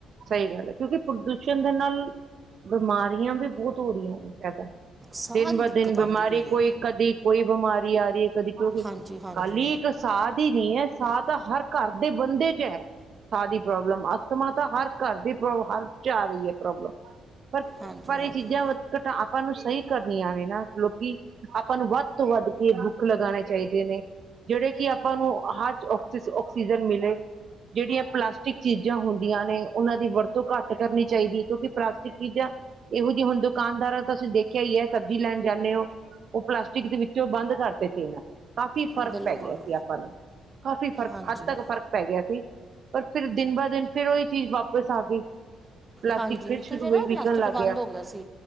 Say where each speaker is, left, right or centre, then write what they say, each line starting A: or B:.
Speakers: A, on the right; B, on the right.
A: ਸਹੀ ਗੱਲ ਐ ਕਿਉਂਕਿ ਪ੍ਰਦੂਸ਼ਣ ਦੇ ਨਾਲ ਬਿਮਾਰੀਆਂ ਵੀ ਬੋਤ ਹੋ ਰਹੀਆਂ ਨੇ ਜਾਦਾ
B: ਸਾਰੀ
A: ਦਿਨ ਬ
B: ਦਿੱਕਤ
A: ਦਿਨ ਬਿਮਾਰੀ,
B: ਆਉਂਦੀ ਪਈ
A: ਕੋਈ
B: ਹੈ
A: ਕਦੀ ਕੋਈ ਬਿਮਾਰੀ ਆ ਰਹੀ ਐ। ਕਦੀ ਕੋਈ,
B: ਹਾਂਜੀ ਹਾਂਜੀ
A: ਖਾਲੀ ਇੱਕ ਸਾਹ ਦੀ ਨੀ ਹੈ, ਸਾਹ ਤਾਂ ਹਰ ਘਰ ਦੇ ਬੰਦੇ ਚ ਐ। ਸਾਹ ਦੀ ਪ੍ਰੋਬਲਮ, ਅਸਥਮਾ ਤਾ ਹਰ ਕਾਰ ਦੀ ਪ੍ਰੋਬ ਹਰ ਘਰ ਚ ਆ ਰਹੀ ਐ ਪ੍ਰੋਬਲਮ ਪਰ,
B: ਹਾਂਜੀ
A: ਪਰ
B: ਹਾਂਜੀ
A: ਇਹ ਚੀਜ਼ਾਂ ਘਟਾ ਆਪਾਂ ਨੂੰ ਸਹੀ ਕਰਨੀਆਂ ਨੇ ਨਾ। ਲੋਕੀ ਆਪਾਂ ਨੂੰ ਵੱਧ ਤੋਂ ਵੱਧ ਕੇ ਬੁੱਕ ਲਗਾਣੇ ਚਾਹੀਦੇ ਨੇ ਜਿਹੜੇ ਕਿ ਆਪਾਂ ਨੂੰ ਹਰ ਆਕਸੀ ਆਕਸੀਜਨ ਮਿਲੇ। ਜਿਹੜੀਆਂ ਪਲਾਸਟਿਕ ਚੀਜ਼ਾਂ ਹੁੰਦ ਦਿਆਂ ਨੇ ਉਹਨਾਂ ਦੀ ਵਰਤੋਂ ਘੱਟ ਕਰਨੀ ਚਾਹੀਦੀ ਐ। ਕਿਉਂਕਿ ਪਲਾਸਟਿਕ ਚੀਜ਼ਾਂ ਇਹੋ ਜਿਹੇ ਹੁਣ ਦੁਕਾਨਦਾਰਾਂ ਤਾਂ ਤੁਸੀਂ ਦੇਖਿਆ ਈ ਐ। ਸਬਜ਼ੀ ਲੈਣ ਜਾਂਦੇ ਹੋ ਉਹ ਪਲਾਸਟਿਕ ਦੇ ਵਿੱਚੋਂ ਬੰਦ ਕਰਤੇ ਸੀ ਇਹਨਾਂ ਨੇ। ਕਾਫ਼ੀ ਫਰਕ
B: ਬਿਲਕੁਲ
A: ਪੈ ਗਿਆ ਸੀ ਆਪਾਂ ਨੂੰ, ਕਾਫ਼ੀ ਫਰਕ
B: ਹਾਂਜੀ
A: ਫ਼ਰਕ ਪੈ ਗਿਆ ਸੀ। ਪਰ ਫਿਰ ਦਿਨ ਬਰ ਦਿਨ ਫਿਰ ਓਈ ਚੀਜ਼ ਵਾਪਿਸ ਆ ਗਈ ਪਲਾਸਟਿਕ
B: ਹਾਂਜੀ
A: ਫਿਰ
B: ਵਿਚੋ
A: ਸ਼ੁਰੂ
B: ਜੀ
A: ਹੋਈ
B: ਨਾ
A: ਵਿਕਣ
B: ਪਲਾਸਟਿਕ
A: ਲੱਗ
B: ਬੰਦ ਹੋ ਗਿਆ ਸੀ।